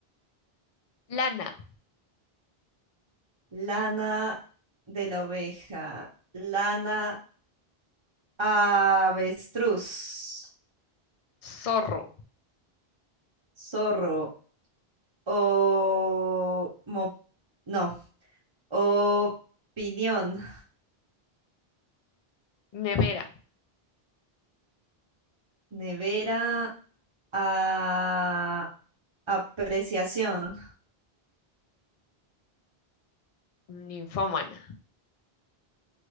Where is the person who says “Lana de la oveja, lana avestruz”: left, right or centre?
Right